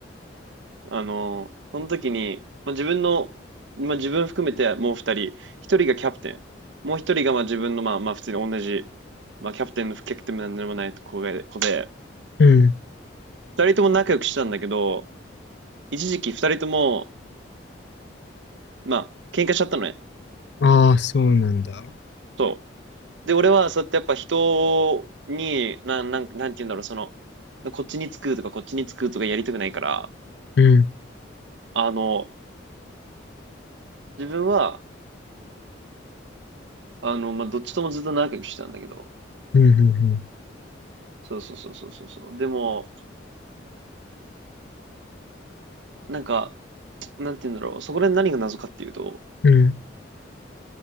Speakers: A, on the right; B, on the left.
A: あの、その時に、まあ、自分の、まあ、自分含めてもう二人、一人がキャプテン、もう一人がまあ自分のまあまあ普通に同じ、まあキャプテンの不キャプテンなんでもない子が子で、
B: うん。
A: 二人とも仲良くしてたんだけど、一時期二人ともまあ、喧嘩しちゃったのね。
B: ああ、そうなんだ。
A: そう。で、俺はそうやってやっぱ人に、なん、なん、なんて言うんだろう、その、こっちにつくとかこっちにつくとかやりたくないから、
B: うん、
A: あの、自分は、あの、まあ、どっちともずっと仲良くしてたんだけど、
B: うん、うん、
A: そうそうそうそうそうそう。でも、なんか、なんて言うんだろう、そこで何が謎かっていうと、
B: うん、